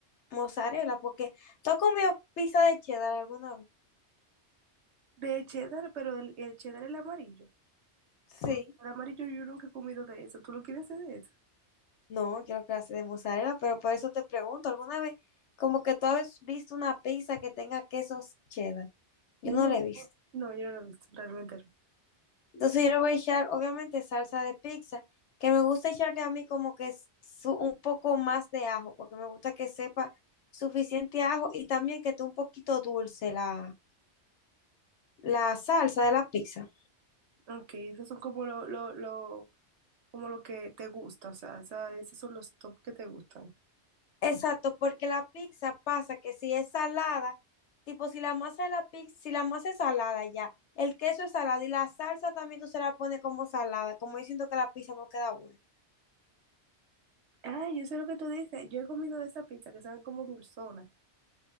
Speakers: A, on the left; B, on the right.
A: mozzarella, porque tú has comido pizza de cheddar alguna vez.
B: De cheddar, pero el, el cheddar es el amarillo.
A: Sí,
B: Porque el amarillo yo nunca he comido de eso. ¿Tú lo quieres hacer de eso?
A: no, creo que hace de mozzarella, pero por eso te pregunto, ¿alguna vez como que tú has visto una pizza que tenga quesos cheddar? Yo
B: No,
A: no la he visto.
B: no, yo no lo he visto, realmente no.
A: Entonces yo le voy a echar, obviamente, salsa de pizza, que me gusta echarle a mí como que es su- un poco más de ajo, porque me gusta que sepa suficiente ajo y también que esté un poquito dulce la, la salsa de la pizza.
B: Ok, esos son como lo, lo, lo, como lo que te gusta, o sea, esa- esos son los top que te gustan.
A: Exacto, porque la pizza pasa que si es salada, tipo si la masa de la pizza, si la masa es salada ya, el queso es salado y la salsa también tú se la pones como salada, como yo siento que la pizza no queda buena.
B: Ah, yo sé lo que tú dices, yo he comido de esa pizza que saben como dulzona.